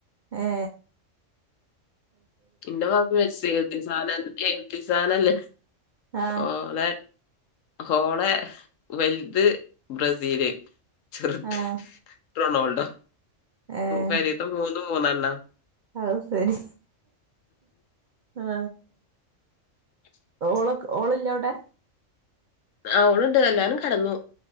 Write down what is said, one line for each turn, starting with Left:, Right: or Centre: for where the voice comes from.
Right: ഏ
Left: എന്റെ ഭാഗത്ത് മെസ്സി <unintelligible>
Right: ആഹ്
Left: ഓ ല്ലെ ഓളെ വലുത് ബ്രസീല് ചെറുത്
Right: ആഹ്
Left: റൊണാൾഡോ
Right: ഏഹ്
Left: പെരീതെ മൂന്നും മൂന്നെണ്ണ
Right: അത് ശരി ആ ഓള് ഓളല്ലെ അവിടെ
Left: ആ ഓൾണ്ട് എല്ലാരും കെടന്നു